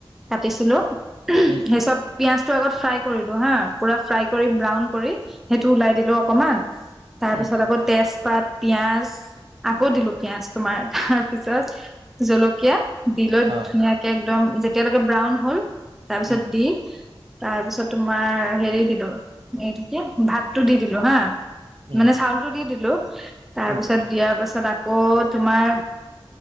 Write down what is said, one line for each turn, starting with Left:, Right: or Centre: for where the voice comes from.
Centre: কাটিছিলোঁ
Right: উম,
Centre: সেইচব পিয়ঁয়াজটো আগত ফ্ৰাই কৰিলো হা পুৰা ফ্ৰাই ব্ৰাউন কৰি সেইটো উলাই দিলোঁ‌ অকমান তাৰ
Right: উম,
Centre: পিছত আকৌ তেজপাত পিয়াঁ‌জ আকৌ দিলো পিয়াঁ‌জ তোমাৰ তাৰ পিছত জলকীয়া দি লৈ
Right: অ',
Centre: ধুনীয়াকে একদম যেতিয়ালৈকে ব্ৰাউন হ'ল তাৰপিছত
Right: উম,
Centre: দি তাৰ পিছত তোমাৰ হেৰি কিন্তু এইটোকে ভাতটো দি দিলো হা।
Right: উম,
Centre: মানে চাউলতটো দি দিলোঁ‌। উ <inaudible> তাৰ
Right: উম,
Centre: পিছত দিয়াৰ পাছত তাৰিছত আকৌ তোমাৰ